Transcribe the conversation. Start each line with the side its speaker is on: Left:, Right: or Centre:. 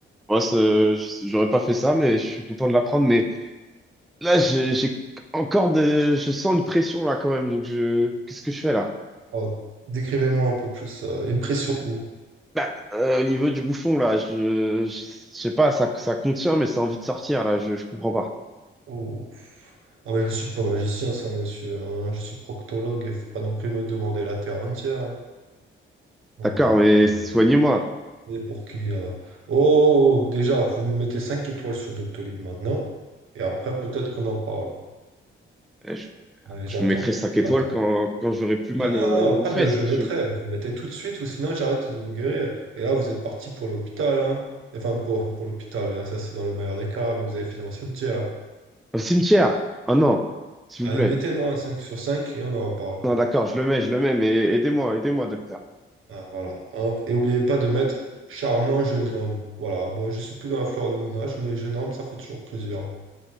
Centre: Moi, c'est- j'aurais pas fait ça, mais je suis content de l'apprendre. Mais là, j'ai j'ai encore de. Je sens une pression là quand même. Donc, je. Qu'est-ce que je fais là?
Right: Alors, décrivez-moi un peu plus ça. Une pression ou...
Centre: Bah, euh, au niveau du bouffon, là, je, je, je sais pas, ça, ça contient, mais ça a envie de sortir, là, je, je comprends pas.
Right: ou- Ah mais je suis pas magicien, ça, monsieur. hein. Je suis proctologue. Il faut pas non plus me demander la terre entière. hein. Oh,
Centre: D'accord, mais
Right: attendez,
Centre: soignez-moi.
Right: hein. Et pour qui là? Oh, déjà, vous me mettez 5 étoiles sur Doctolib maintenant. Et après, peut-être qu'on en parle.
Centre: Euh, Je,
Right: Allez,
Centre: je
Right: j'attends.
Centre: vous mettrai 5 étoiles
Right: J'attends.
Centre: quand, quand j'aurai plus mal
Right: Non, non,
Centre: euh, aux
Right: non, pas
Centre: fesses,
Right: de je
Centre: monsieur.
Right: mettrai. Vous mettez tout de suite ou sinon j'arrête de vous guérir. Et là, vous êtes parti pour l'hôpital. Hein. Enfin, pour, pour l'hôpital. hein. Ça, c'est dans le meilleur des cas. Mais vous allez finir au cimetière.
Centre: Au cimetière! Oh non, s'il
Right: Allez,
Centre: vous plaît.
Right: mettez-moi un 5 sur 5 et on en reparle.
Centre: Non, d'accord, je le mets, je le mets, mais aidez-moi, aidez-moi, docteur.
Right: Ah, voilà. Hop. Et oubliez pas de mettre charmant jeune homme. Voilà. Bon, je suis plus dans la fleur de mon âge, mais jeune homme, ça fait toujours plaisir.